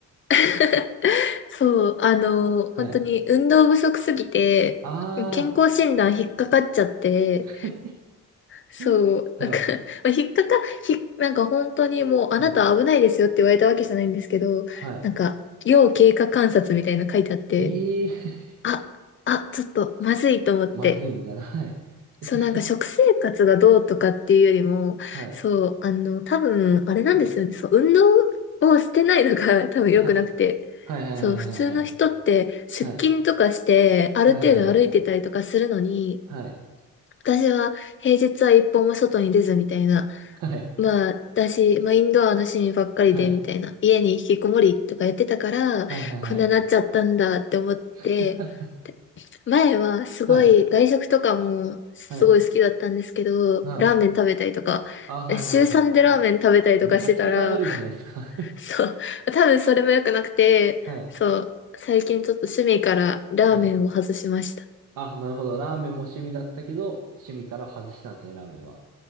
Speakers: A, on the left; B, on the right.
A: <laughs> そう、あの、
B: はい。
A: 本当に運動不足すぎて、
B: あ
A: 健康診断引っかかっちゃって、
B: ー。
A: そう、
B: <laughs> はい。
A: なんか <laughs> まあ、引っかか、ひ、なんか本当にもう、あなたは危ないですよって言われたわけじゃないんですけど、
B: はい。はい。
A: なんか、要経過観察みたいなの書いてあって、
B: えー。
A: あ、あ、ちょっとまずいと思って、
B: <laughs> まずいみたいな。はい。え、
A: そうなんか食生活がどうとかっていうよりも、
B: そ、<laughs> はい。
A: そう、あの、多分、あれなんですよね、
B: はい。
A: そう、運動をしてないのが <laughs> 多分良くなくて、
B: はい。はい。はい。
A: そう、普通の人って出勤とかして、
B: はい。はい。はい。はい。
A: ある程度歩いてたりとかするのに、
B: はい。はい。はい。はい。
A: 私は平日は一歩も外に出ずみたいな。
B: はい。
A: まあ、だし、まあ、インドアの趣味ばっかりで、
B: はい。
A: みたいな。家に引きこもりとかやってたから、
B: はいはいはい。
A: こんななっちゃったんだって思って、
B: <laughs>
A: で前はすごい外食とかもすごい好きだったんですけど、
B: はい。はい。はい。
A: ラーメン食べたりとか、
B: あ、はいはいはいはいはい。
A: え週3でラーメン食べたりとかしてたら、
B: むちゃくちゃ食べるじゃないですか
A: <laughs>
B: <laughs>
A: そう、多分それも良くなくて、
B: はい。
A: そう、最近ちょっと趣味からラーメンを外しました。
B: はい。あ、なるほど。ラーメンも趣味だったけど、趣味から外したんですね、ラーメンは。